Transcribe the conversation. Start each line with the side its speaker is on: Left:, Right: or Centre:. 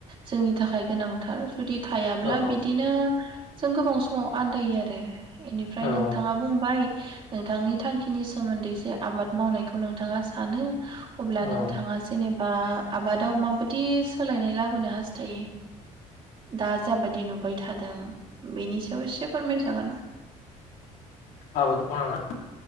Right: जोंनि थाखाय गोनांथार जुदि थायाब्ला
Left: औ
Right: बिदिनो जों गोबां समाव आन्दायो आरो इनिफ्राय
Left: औ
Right: नोंथाङा बुंबाय नोंथांनि थांखिनि सोमोन्दै एसे आबाद मावनायखौ नोंथाङा सो सानो अब्ला नोंथाङा
Left: औ
Right: जेनेब बा‌ आबादाव माबायदि सोलायनाय लाबोनो हास्थायो दा जाबायदि नुबाय थादों बेनि सायाव एसे फोरमायजागोन
Left: आबाद मावनायावना